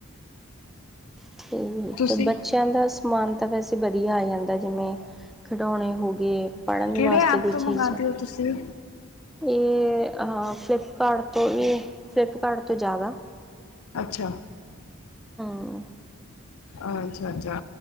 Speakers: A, in the centre; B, on the left.
A: ਠੀਕ ਹੈ ਬੱਚੇ-
B: ਤੁਸੀਂ
A: ਬੱਚਿਆਂ ਦਾ ਸਮਾਨ ਤਾਂ ਵੈਸੇ ਵਧੀਆ ਆ ਜਾਂਦਾ, ਜਿਵੇਂ ਖਿਡੌਣੇ ਹੋ ਗਏ। ਪੜਨ
B: ਕਿਹੜੇ
A: ਵਾਸਤੇ
B: ਐਪ
A: ਕੋਈ
B: ਤੋਂ ਮੰਗਾਦੇ
A: ਚੀਜ਼ ਆ।
B: ਹੋ ਤੁਸੀਂ?
A: ਇਹ ਫਲਿੱਪਕਾਰਟ ਤੋਂ ਵੀ ਫਲਿੱਪਕਾਰਟ ਤੋਂ ਜ਼ਿਆਦਾ
B: ਅੱਛਾ।
A: ਹੂੰ।
B: ਅੱਛਾ- ਅੱਛਾ